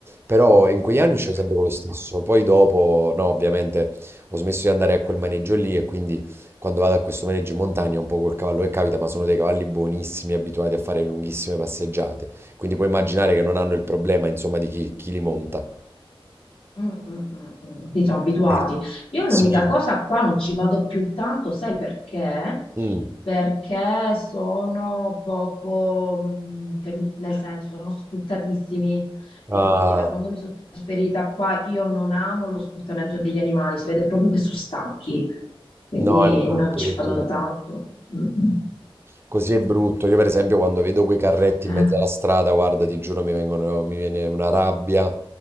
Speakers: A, on the right; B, on the left.
A: Però in quegli anni
B: Ok.
A: uscivo sempre con lo stesso, poi dopo, no, ovviamente ho smesso di andare a quel maneggio lì e quindi quando vado a questo maneggio in montagna è un po' col cavallo che capita, ma sono dei cavalli buonissimi, abituati a fare lunghissime passeggiate, quindi puoi immaginare che non hanno il problema, insomma, di chi, chi li monta.
B: Mm, mm, mm, mm, Ti sono abituati.
A: Eh,
B: Io
A: Sì.
B: l'unica cosa qua non ci vado più tanto, sai perché?
A: Mm.
B: Perché sono poco, mm, tenu- nel senso, sono sfruttatissimi e
A: Ah,
B: quindi da quando mi sono trasferita qua io non amo lo sfruttamento degli animali, si vede proprio che sono stanchi, quindi
A: no, è brutto
B: non ci vado
A: così.
B: da tanto. Mm, mm.
A: Così è brutto. Io, per esempio, quando vedo quei carretti
B: Eh,
A: in mezzo alla strada, guarda, ti giuro, mi vengono, mi viene una rabbia